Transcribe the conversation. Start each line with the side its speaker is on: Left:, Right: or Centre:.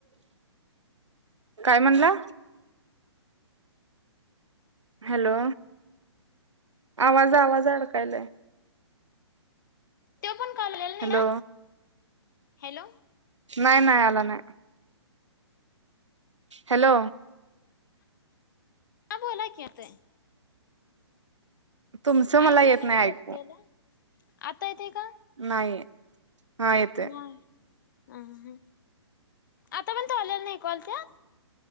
Right: काय म्हणला हॅलो आवाज आवाज अडकायलाय
Left: तो पण कॉल आलेला नाही
Right: हॅलो
Left: का? हॅलो
Right: नाय नाय आला नाय हॅलो
Left: हा बोला की येतय
Right: तुमचं मला
Left: ऐकू
Right: येत
Left: येईना
Right: नाही
Left: बोलतेल
Right: ऐकू
Left: आता येतंय का
Right: नाही हा येतोय
Left: नाही अ ह आता पणं <unintelligible> ऐकवालत्या